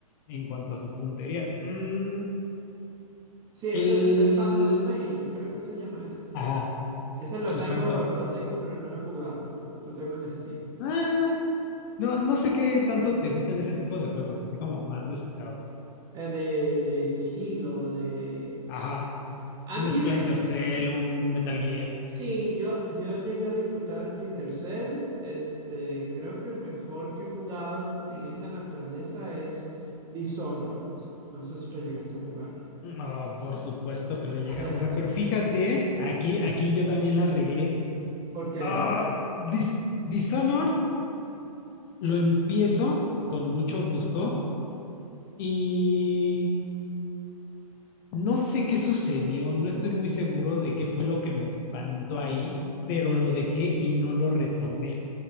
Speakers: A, on the left; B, on the right.
A: en cuanto a su puntería. Mm,
B: Sí, ese
A: el...
B: es The Phantom Pain, creo que se llama ese.
A: Ajá,
B: Ese lo
A: el
B: tengo,
A: Phantom.
B: lo tengo, pero no lo he jugado. Lo tengo en Steam.
A: Ah, no, no sé qué tanto te gustan ese tipo de juegos, así como más de stealth.
B: Eh, de, de sigilo, de...
A: Ajá.
B: A
A: Un
B: mí
A: Splinter
B: me,
A: Cell, un Metal Gear.
B: Sí, yo, yo llegué a disfrutar Splinter Cell. Este, creo que el mejor que he jugado en esa naturaleza es Dishonored. No sé si lo llegaste a jugar.
A: No, por supuesto que lo llegué
B: <laughs>
A: a jugar, pero fíjate, aquí, aquí yo también la regué.
B: ¿Por qué?
A: Ah, Dis- Dishonored lo empiezo con mucho gusto y no sé qué sucedió, no estoy muy seguro de qué fue lo que me espantó ahí, pero lo dejé y no lo retomé.